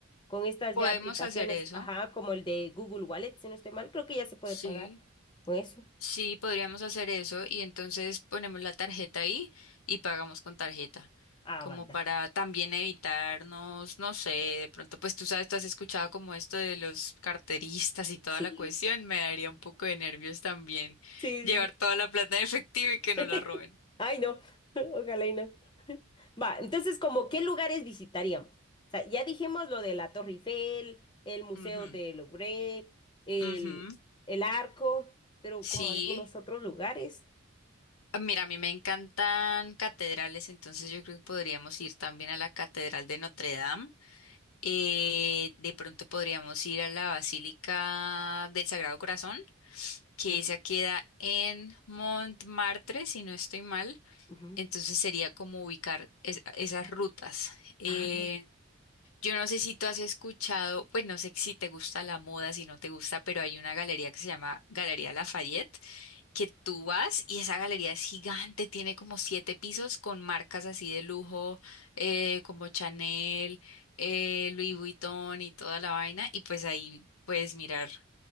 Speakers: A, on the left; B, on the left.
A: Con estas
B: podemos
A: ya aplicaciones,
B: hacer eso.
A: ajá, como el de Google Wallet, si no estoy mal, creo que ya se puede
B: Sí.
A: pagar con eso.
B: Sí, podríamos hacer eso y entonces ponemos la tarjeta ahí y pagamos con tarjeta,
A: Ah,
B: como
A: va, dale.
B: para también evitarnos, no sé, de pronto, pues tú sabes, tú has escuchado como esto de los carteristas y toda
A: Sí.
B: la cuestión, me daría un poco de nervios también
A: Sí,
B: llevar
A: sí,
B: toda la plata en efectivo y que no
A: <laughs>
B: la roben.
A: Ay, no, <laughs> ojalá y no. <laughs> Va, entonces, como, ¿qué lugares visitaríamos? O sea, ya dijimos lo de la Torre Eiffel, el Museo
B: Ujú,
A: del Louvre, el,
B: ujú,
A: el Arco, pero
B: Sí.
A: como algunos otros lugares.
B: Ah, Mira, a mí me encantan catedrales, entonces yo creo que podríamos ir también a la Catedral de Notre Dame Eh, de pronto podríamos ir a la Basílica del Sagrado Corazón, que
A: Ujú,
B: esa queda en Montmartre, si no estoy mal.
A: ujú.
B: Entonces sería como ubicar es- esas rutas. Eh,
A: Ah,
B: yo no sé si tú has escuchado, pues no sé si te gusta la moda, si no te gusta, pero hay una galería que se llama Galería Lafayette que tú vas y esa galería es gigante, tiene como siete pisos con marcas así de lujo, eh, como Chanel, eh, Louis Vuitton y toda la vaina, y pues ahí puedes mirar